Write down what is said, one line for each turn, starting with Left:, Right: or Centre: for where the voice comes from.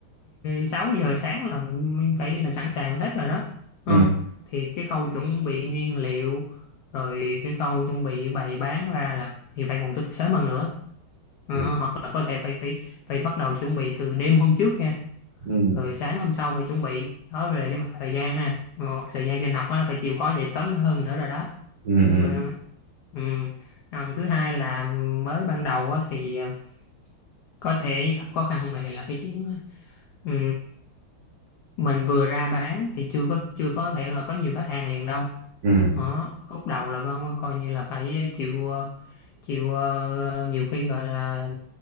Left: 6 giờ sáng là mình phải là sẵn sàng hết rồi đó đúng
Right: ừ
Left: không thì cái khâu chuẩn bị nguyên liệu rồi cái khâu chuẩn bị bày bán ra là mình phải còn thức sớm hơn nữa Ờ,
Right: ừ
Left: hoặc là có thể phải phải phải bắt đầu chuẩn bị từ đêm hôm trước kìa
Right: ừ
Left: rồi sáng hôm sau phải chuẩn bị đó về cái mặt thời gian ha mà mặt thời gian trên học á là phải chịu khó dậy sớm hơn nữa rồi đó
Right: ừ ừ
Left: ừ. Ừ. Còn thứ hai là mới ban đầu á, thì ờ, có thể gặp khó khăn về là cái chuyện ừ, mình vừa ra bán thì chưa có chưa có thể là có nhiều khách hàng liền đâu
Right: ừ
Left: đó khúc đầu là Văn coi như là phải chịu ờ, chịu ờ, nhiều khi gọi là